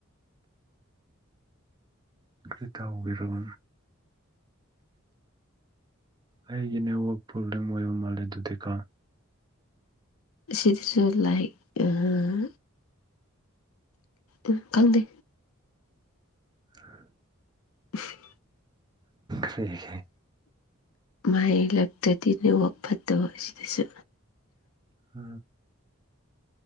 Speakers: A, on the right; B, on the left.
A: ꯀꯔꯤ ꯇꯥꯎꯒ‌ꯦꯔ‌ꯣ ꯑꯩꯒꯤ ꯅꯦꯠꯋꯥꯛ ꯄ꯭ꯔꯣꯕꯂꯦꯝ ꯑꯣꯏꯕ ꯃꯥꯜꯂ‌ꯦ ꯗꯨꯗꯤꯀ‌ꯣ
B: ꯁꯤꯠꯁꯨ ꯂꯥꯏꯛ ꯑꯥ ꯑ ꯈꯪꯗꯦ
A: <unintelligible>
B: <unintelligible>
A: ꯀꯔꯤꯒꯤ
B: ꯃꯍꯩ ꯂꯛꯇꯗꯤ ꯅꯦꯋꯥꯛ ꯐꯠꯇꯕ ꯁꯤꯗꯁꯨ
A: ꯑ